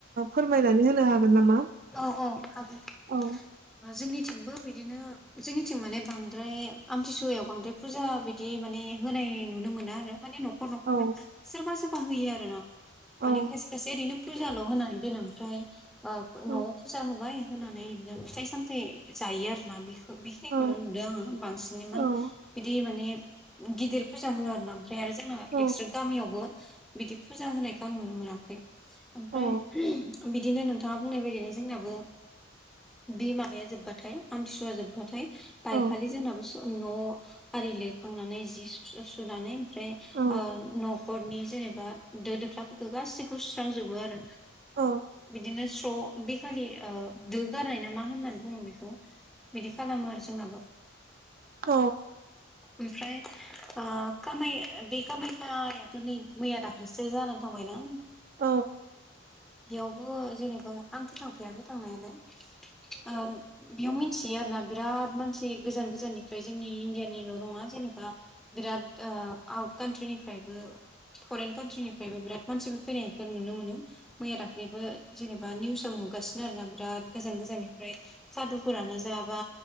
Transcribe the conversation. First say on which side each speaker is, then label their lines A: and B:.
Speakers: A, on the right; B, in the centre.
A: फोरमायनानै होनो हागोन नामा
B: औ औ हागोन
A: औ
B: जोंनिथिंबो बिदिनो जोंनिथिं माने बांद्राय आमथिसुवायाव बांद्राय फुजा बिदि माने होनाय नु नो मोना आरो माने न'खर न'खर
A: औ
B: सोरबा सोरबा होयो आरोना
A: औ
B: माने खायसे खायसे ओरैनो फुजाल' होनानै दोनो ओमफ्राय ओ
A: औ
B: न'आव फुजा होबाय होनानै बिदिनो फिथाइ सामथायाइ जायो आरोना बेखौ बेखिनिखौल'
A: औ
B: नुदों आङो बांसिनैमोन
A: औ
B: बिदि माने गिदिर फुजा होआ आरो ना ओमफ्राय आरो जोंना
A: औ
B: एक्सट्रा गामियावबो बिदि फुजा होनायखौ आं नुनो मोनाखै ओमफ्राय
A: औ
B: बिदिनो नोंथाङा बुंनाय बायदिनो जोंनाबो बे माबाया जोब्बाथाय आमथिसुवा जोब्बाथाय बायखालि
A: औ
B: जोंनाबो न' आरि लिरखांनानै जि सुनानै ओमफ्राय
A: औ
B: ओ न'खरनि जेनेबा दो दोख्लाफोरखौ गासिखौबो सुस्रां जोबो आरो
A: औ
B: बिदिनो फ्र' बेखालि ओ दोगारनाय ना मा होननानै बुङो बेखौ बिदि खालामो आरो जोंनाबो
A: औ
B: ओमफ्राय ओ कामाय बे कामायखायाथ' नै मैया दाख्लैसो जानानै थां बायना
A: औ
B: बेयावबो जेनेबा आंथ' थांफेराखै थांनायालाय ओ बेयाव मिथियो आरोना बिराद मानसि गोजान गोजाननिफ्राय जोंनि इण्डियानि ल' नङा जेनेबा बिराद ओ आट कान्ट्रिनिफ्रायबो फरेन कान्ट्रिनिफ्रायबो बिराद मानसिबो फैनायखौ नुनो मोनो मैया दाख्लैबो जेनेबा निउसाव नुगासिनो आरो ना बिराद गोजान गोजाननिफ्राय सादुफोरानो जायाबा